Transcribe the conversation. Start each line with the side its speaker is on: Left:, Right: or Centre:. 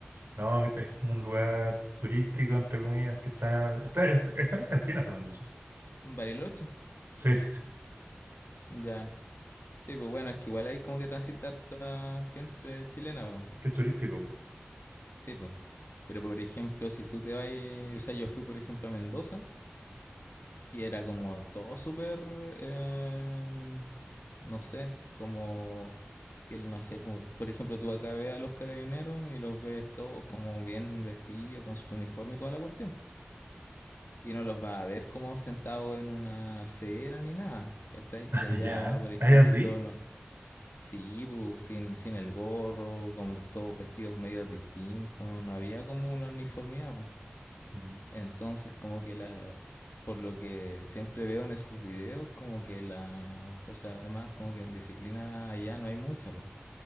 Right: no, que es como un lugar turístico, entre comillas, que está, está, está- está en Argentina, según yo. Sí,
Left: ¿Bariloche?
Right: Sí,
Left: Ya. Sí, pues bueno, es que igual hay como que transitar harta gente chilena, pues.
Right: que es turístico.
Left: Sí, pues. Pero por ejemplo, si tú te vas, o sea, yo fui por ejemplo a Mendoza y era como todo súper, eh, no sé, como que no sé, por, por ejemplo, tú acá ves a los carabineros y los ves todos como bien vestidos, con su uniforme y toda la cuestión. Y no los vas a ver como sentados en una acera ni nada, ¿cachai?
Right: <laughs>
Left: Y allá,
Right: Ya,
Left: por ejemplo,
Right: ¿hay sí.
Left: no, Sí, bu, sin, sin el gorro, como todos vestidos medio distintos, no había como una uniformidad. bu.
Right: Mm.
Left: Entonces, como que la, por lo que siempre veo en esos videos, como que las Fuerzas Armadas, como que en disciplina allá no hay mucha. bu.